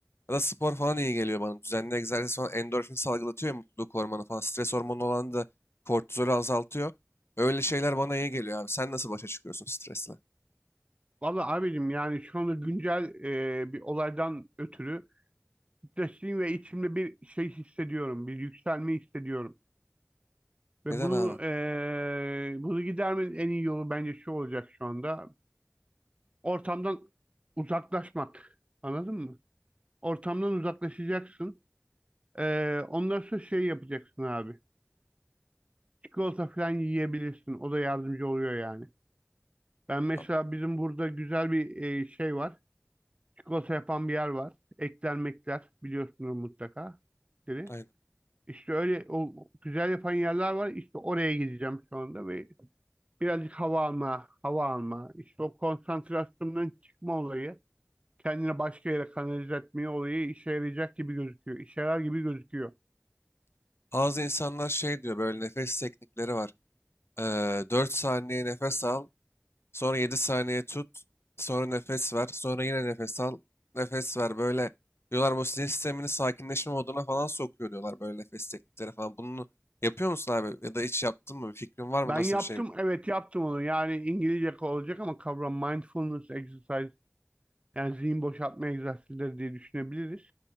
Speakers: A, on the left (about 65°); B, on the right (about 25°).
A: Ya da spor falan iyi geliyor bana. Düzenli egzersiz falan endorfin salgılatıyor ya mutluluk hormonu falan. Stres hormonu olan da kortizolü azaltıyor. Öyle şeyler bana iyi geliyor abi. Sen nasıl başa çıkıyorsun stresle?
B: Valla abicim yani şu anda güncel e, bir olaydan ötürü stresliyim ve içimde bir şey hissediyorum. Bir yükselme hissediyorum. Ve
A: Neden
B: bunu
A: abi?
B: e, bunu gidermenin en iyi yolu bence şu olacak şu anda. Ortamdan uzaklaşmak. Anladın mı? Ortamdan uzaklaşacaksın. E, ondan sonra şey yapacaksın abi. Çikolata falan yiyebilirsin. O da yardımcı oluyor yani. Ben mesela
A: Abi,
B: bizim burada güzel bir e, şey var. Çikolata yapan bir yer var. Ekler mekler biliyorsunuz mutlaka. Dedi.
A: Aynen.
B: İşte öyle o güzel yapan yerler var. İşte oraya gideceğim şu anda ve birazcık hava alma, hava alma, İşte o konsantrasyondan çıkma olayı, kendine başka yere kanalize etme olayı işe yarayacak gibi gözüküyor. İşe yarar gibi gözüküyor.
A: Bazı insanlar şey diyor böyle nefes teknikleri var. Ee, 4 saniye nefes al. Sonra 7 saniye tut. Sonra nefes ver. Sonra yine nefes al. Nefes ver. Böyle diyorlar bu sinir sistemini sakinleşme moduna falan sokuyor diyorlar böyle nefes teknikleri falan. Bunu yapıyor musun abi? Ya da hiç yaptın mı? Bir fikrin var mı?
B: Ben
A: Nasıl
B: yaptım,
A: bir şey?
B: evet yaptım onu. Yani İngilizce olacak ama kavram mindfulness exercise, yani zihin boşaltma egzersizleri diye düşünebiliriz.